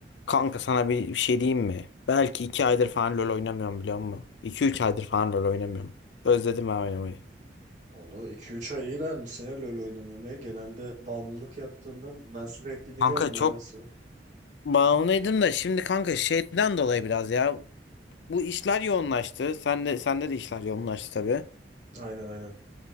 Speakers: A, on the left (about 75°); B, on the right (about 45°).
A: Kanka sana bir, bir şey diyeyim mi? Belki iki aydır falan LoL oynamıyorum biliyor musun? iki üç aydır falan LoL oynamıyorum. Özledim ben oynamayı.
B: Valla iki üç ay iyi misin ya LoL oynamamaya. Genelde bağımlılık yaptığından ben sürekli giriyorum
A: Kanka çok
B: neredeyse.
A: bağımlıydım da şimdi kanka şeyden dolayı biraz ya. Bu işler yoğunlaştı. Sende, sende de işler yoğunlaştı tabii.
B: Aynen aynen.